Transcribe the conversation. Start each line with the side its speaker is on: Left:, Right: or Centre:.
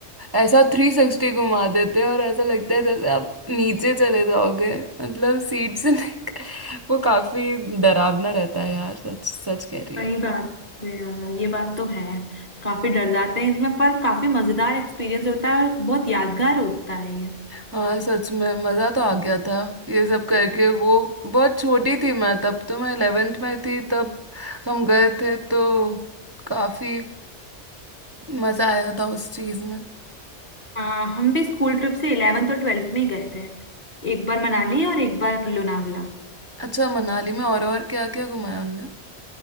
Right: ऐसा थ्री सिक्सटी घुमा देते हैं और ऐसा लगता है जैसे आप नीचे चले जाओगे मतलब सीट से <laughs> नहीं वो काफी डरावना रहता है यार सच सच कह रही
Left: सही
Right: है
Left: बात है यार ये बात तो है काफी डर जाते हैं इसमें पर काफी मजेदार एक्सपीरियंस होता है और बहुत यादगार होता है ये
Right: हाँ सच में मजा तो आ गया था ये सब करके वो बहुत छोटी थी मैं तब तो मैं 11th में थी तब हम गए थे तो काफी मजा आया था उस चीज में
Left: हाँ हम भी स्कूल ट्रिप से इलेवेंथ और ट्वेल्थ में ही गए थे एक बार मनाली और एक बार लोनावला
Right: अच्छा मनाली में और और क्या क्या घुमाया उनने